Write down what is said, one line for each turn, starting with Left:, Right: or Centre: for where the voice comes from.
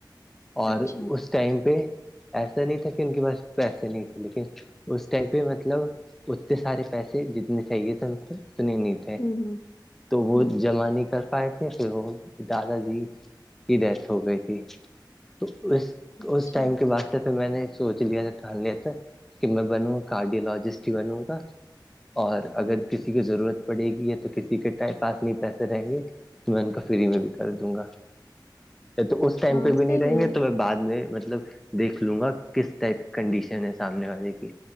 Centre: اور
Left: اچھا
Centre: اس ٹائم پہ ایسا نہیں تھا کہ ان کے پاس پیسے نہیں تھے لیکن اس ٹائم پہ مطلب اتنے سارے پیسے جتنے چاہیے تھ ان کو اتنے نہیں تھ
Left: ہوں ہوں
Centre: تو وہ
Left: ہوں
Centre: جمانی کر پائے تھے پھر وہ دادا جی کی ڈیتھ ہو گئی تھی تو اس
Left: اچھا
Centre: اس ٹائم کے بعد پھر میں نے سوچ لیا تھا ٹان ل تھا کہ میں بنوں گا کارڈیولوجسٹ بنوں گا اور اگر
Left: ہوں
Centre: کسی کی ضرورت پڑے گی ہے تو کسی کے ٹائم پاس نہیں پیسے رہیں گے تو میں ان کا فری میں بھی کر دوں گا تو اس ٹائم
Left: ہاں
Centre: پہ بھی نہیں
Left: صحیح
Centre: رہیں گے
Left: ہے
Centre: تو بعد میں مطلب دیکھ لوں گا کس ٹائپ کنڈیشن ہے سامنے والے کی